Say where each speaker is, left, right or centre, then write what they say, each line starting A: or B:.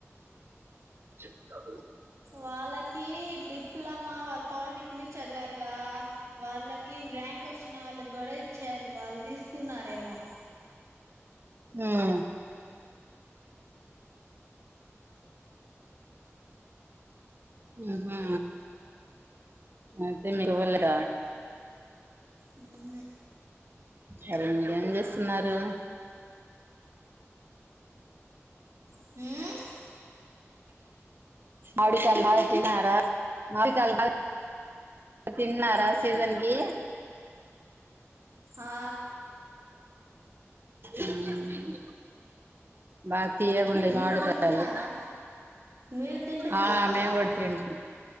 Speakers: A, on the right; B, on the right.
A: చెప్పుతాడు
B: వాళ్ళకి డిప్లమా వాళ్ పాలిటెక్నిక్ చదివారుగా వాళ్ళకి ర్యాంక్ వచ్చిన వాళ్ళగ్గుడా ఇచ్చారు వాళ్ తీసుకున్నారేమో
A: ఉమ్ ఉహు అయితే నీకివ్వలేదా
B: ఉహు
A: మరి ఇంకేం చేస్తున్నారు
B: ఊమ్
A: మావిడి కాయలు బాగా తిన్నారా మావిడి కాయలు బాగ తిన్నారా సీజన్ కి
B: ఆ
A: ఉమ్ బాగ తియ్యగుంటయ్
B: మీరు
A: మావిడి
B: తింటున్నారా
A: కాయలు
B: మీరు తింటున్నారా
A: ఆ మేము గూడ తిన్ పుడు